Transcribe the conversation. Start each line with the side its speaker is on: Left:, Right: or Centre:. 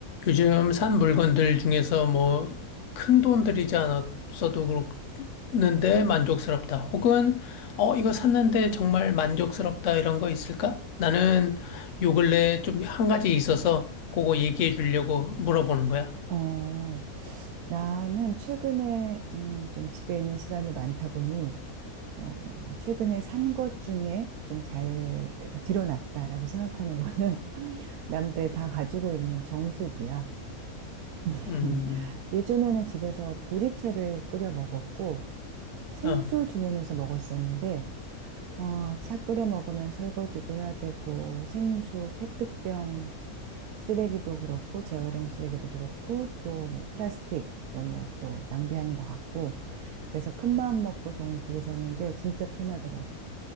Left: 요즘 산 물건들 중에서 뭐 큰돈 들이지 않았어도 그렇는데 만족스럽다. 혹은 어 이거 샀는데 정말 만족스럽다 이런 거 있을까? 나는 요 근래 좀 한 가지 있어서 그거 얘기해 주려고 물어보는 거야.
Right: 어, 나는 최근에 음, 좀 집에 있는 시간이 많다 보니 어, 최근에 산 것 중에 좀 잘 들여놨다라고 생각하는 거는 <laughs> 남들 다 가지고 있는 정수기야. <laughs>
Left: 음.
Right: 예전에는 집에서 보리차를 끓여 먹었고 생수
Left: 어.
Right: 주문해서 먹었었는데 어, 차 끓여 먹으면 설거지도 해야 되고 생수 페트병 쓰레기도 그렇고 재활용 쓰레기도 그렇고 또 뭐 플라스틱 너무 또 낭비하는 것 같고 그래서 큰 마음 먹고 정우숙에 샀는데 진짜 편하더라고.